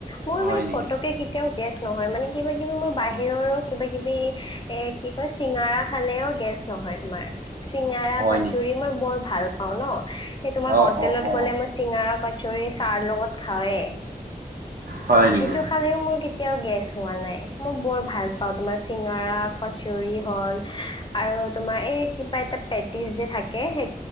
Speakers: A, on the left; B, on the right.
A: মোৰ
B: হয়
A: মানে
B: নেকি
A: পতকে এতিয়াও গেছ নহয় মানে কিবা কিবি মই বাহিৰৰো কিবা কিবি এ কি কয় চিঙৰা খালেও গেছ নহয় তোমাৰ চিঙৰা
B: হয়
A: কচৰী
B: নেকি
A: মই বৰ ভাল পাওঁ ন সেই তোমাৰ
B: অ',
A: স
B: অ',
A: ক'ত
B: অ',
A: গ'লে মই চিঙৰা, কচৰি চাহৰ লগত খাওঁৱে।
B: হয়
A: আৰ
B: নেকি?
A: সেইটো খালেও মোৰ কেতিয়াও গেছ হোৱা নাই মোৰ বৰ ভাল পাও তোমাৰ চিঙৰা, কচৰিয়ে হল আহ্ আৰু তোমাৰ এ কিবা এটা পেটিছ যে থাকে সেই